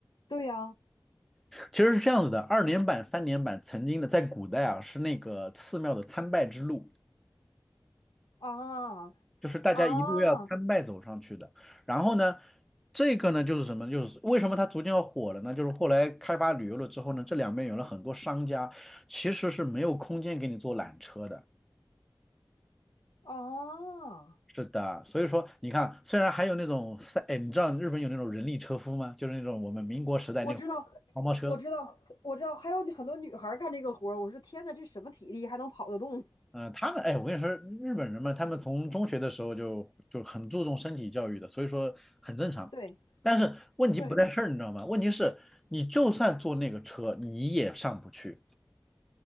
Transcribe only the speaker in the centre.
其实是这样子的，二连板、三连板曾经的在古代啊是那个寺庙的参拜之路。
就是大家一路要参拜走上去的。
然后呢，这个呢就是什么？就是为什么它逐渐要火了呢？就是后来开发旅游了之后呢，这两边有了很多商家，其实是没有空间给你做缆车的。
是的，所以说你看，虽然还有那种三，哎，你知道日本有那种人力车夫吗？就是那种我们民国时代那种
黄包车。
嗯，他们哎，我跟你说，日本人嘛，他们从中学的时候就就很注重身体教育的，所以说很正常。
但是问题不在这儿，
你知道吗？问题是，你就算坐那个车，你也上不去，